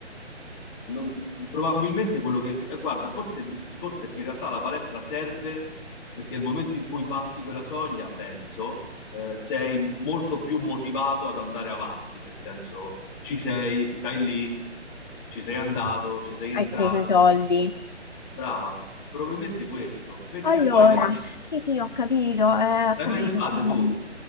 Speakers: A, on the left (about 20°); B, on the left (about 40°).
A: non- probabilmente quello che... eh, Guarda, forse il discorso è che in realtà la palestra serve perché nel momento in cui passi quella soglia, penso, eh, sei molto più motivato ad andare avanti, nel senso ci sei, stai lì, ci sei andato, ci sei entrato,
B: Hai speso i soldi.
A: brava, probabilmente questo, perché
B: Allora,
A: poi veramente...
B: sì, sì, ho capito, eh, ho
A: L'hai
B: capito,
A: mai usate
B: ho capito.
A: tu?